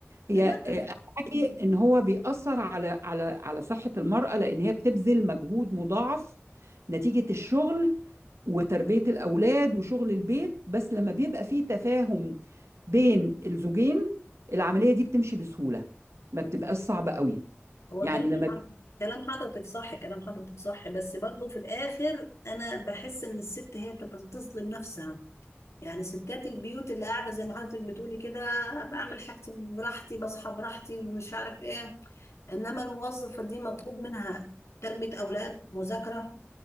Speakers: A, on the right; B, on the left.
A: هي
B: ده
A: حكي ان هو بيأثر على على على صحة المرأة لان هي بتبذل مجهود مضاعف نتيجة الشغل وتربية الاولاد وشغل البيت بس لما بيبقى فيه تفاهم بين الزوجين العملية دي بتمشي بسهولة ما بتبقاش صعبة قوي
B: هو
A: يعني
B: كلام
A: لما
B: حضرتك
A: بي-
B: كلام حضرتك صح كلام حضرتك صح بس برضه في الآخر أنا بحس إن الست هي بتبقى بتظلم نفسها يعني ستات البيوت اللي قاعدة زي ما حضرتك بتقولي كده بعمل حاجتي براحتي بصحى براحتي مش عارف إيه إنما الموظفة دي مطلوب منها تربية أولاد مذاكرة